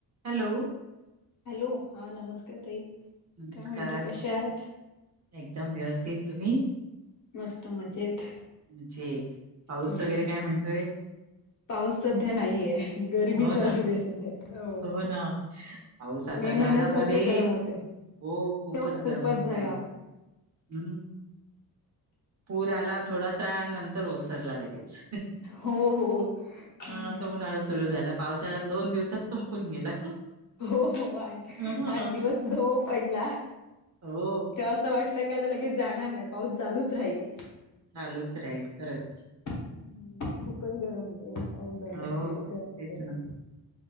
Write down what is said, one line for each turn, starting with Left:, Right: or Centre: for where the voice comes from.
Right: हॅलो.
Left: हॅलो हा नमस्ते ताई
Right: नमस्कार
Left: काय म्हणत कशा आहात.
Right: एकदम व्यवस्थित तुम्ही.
Left: मस्त मजेत
Right: म्हणजे पाऊस
Left: हम्म
Right: वगैरे काय म्हणतोय?
Left: पाऊस सध्या नाहीये गरमी
Right: हो
Left: चालू
Right: ना
Left: आहे सध्या.
Right: हो ना. पाऊस आता
Left: मे
Right: झाला
Left: महिन्यासारखे
Right: मध्ये
Left: गरम होते
Right: हो
Left: तेव्हा खूपच
Right: गरम होतय
Left: झाला.
Right: हम्म, पूर आला थोडासा नंतर ओसरला लगेच.
Left: हो हो हम्म.
Right: हा आता उन्हाळा सुरू झाला. पावसाळा दोन दिवसात संपून गेला.
Left: हो हो आठ,
Right: ह
Left: आठ दिवस धो पडला
Right: हो
Left: ते असं वाटलं की आता लगेच जाणार नाही, पाऊस चालूच राहील.
Right: चालूच राहील खरंच.
Left: हम्म. खूपच गरम होते एवढा पाऊस झाला
Right: हो
Left: हे तर.
Right: तेच ना